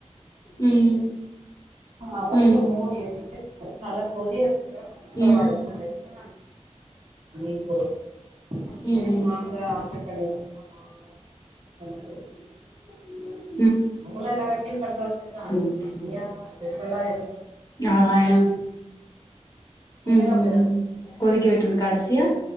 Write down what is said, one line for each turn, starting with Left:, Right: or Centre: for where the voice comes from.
Left: ம்
Right: ஆ ஃபஸ்ட்டு
Left: ம்
Right: மூடி வச்சுட்டு அது நல்லா கொதிவந்தக்கப்புறோ அந்த மசாலால
Left: ம்
Right: போட்டக்கப்புறம் அந் அந்த மீன் போட்னு அந்த
Left: ம்
Right: மீன் வாங்க ஆட்ரு பண்ணி வச்சிர்ந்தா வாங்குங்க வந்துடு
Left: ம் ம்
Right: இங்களா எல்லார் வீட்லியு பண்ற மாரிதா
Left: சேரி
Right: தனியா ஸ்பெஷலா இரு
Left: யா எம்
Right: நீங்களும்
Left: ம் ம்
Right: அப்படிதான
Left: ம்
Right: பண்ணுவீங்க
Left: கொதிக்க விட்ருன்னு கடசியா